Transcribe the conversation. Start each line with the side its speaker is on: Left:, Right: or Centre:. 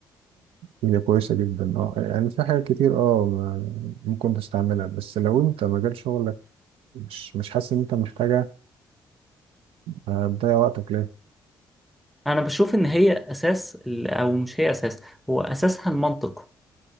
Right: هي كويسة جدا اه يعني في حاجات كتير اه ما- ممكن تستعملها بس لو أنت مجال شغلك مش مش حاسس إن أنت محتاجها آه، تضيع وقتك ليه
Centre: انا بشوف ان هي اساس ال- او مش هي اساس هو اساسها المنطق